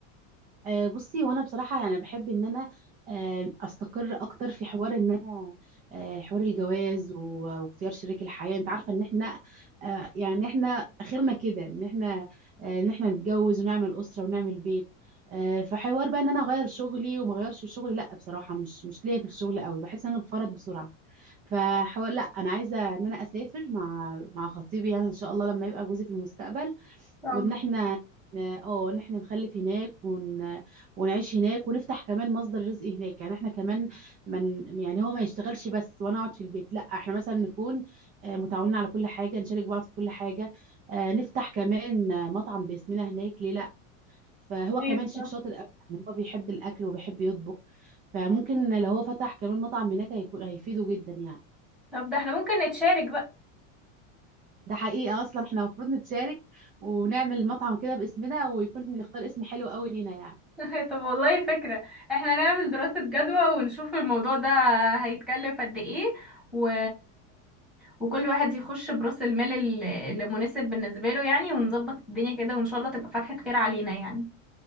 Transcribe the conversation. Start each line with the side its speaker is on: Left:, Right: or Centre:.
Right: آه، بصي وانا بصراحه يعني بحب ان انا آه، استقر اكتر في حوار ان انا آه، حوار الجواز و- واختيار شريك الحياه انت عارفه ان احنا آه، يعني احنا اخرنا كده ان احنا آه، ان احنا نتجوز ونعمل اسره ونعمل بيت آه، فحوار بقى ان انا اغير شغلي وما اغيرش في شغلي لا بصراحه مش مش ليا في الشغل قوي بحس ان انا بفرط بسرعه فحوار لا انا عايزه ان انا اسافر مع مع خطيبي يعني ان شاء الله لما يبقى جوزي في المستقبل
Centre: شاء
Right: وان
Centre: الله
Right: احنا ن- اه ان احنا نخلف هناك ون... ونعيش هناك ونفتح كمان مصدر رزق هناك يعني احنا كمان من يعني هو ما يشتغلش بس وانا اقعد في البيت لا احنا مثلا نكون آه، متعاونين على كل حاجة نشارك بعض في كل حاجة آه، نفتح كمان آه، مطعم باسمنا هناك ليه لا فهو
Centre: أيوة
Right: كمان شيف شاطر قوي يعني هو بيحب الاكل وبيحب يطبخ فممكن لو هو فتح كمان مطعم هناك هيكون هيفيده جدا يعني
Centre: طب ده احنا ممكن نتشارك بقى
Right: ده حقيقة اصلا احنا المفروض نتشارك ونعمل مطعم كده باسمنا ويكون نختار اسم حلو قوي لينا يعني
Centre: <laughs> طب والله فكرة احنا نعمل دراسة جدوى ونشوف الموضوع ده هيتكلف قد ايه و... وكل واحد يخش برأس المال ال- اللي مناسب بالنسبة له يعني ونظبط الدنيا كده وان شاء الله تبقى فتحة خير علينا يعني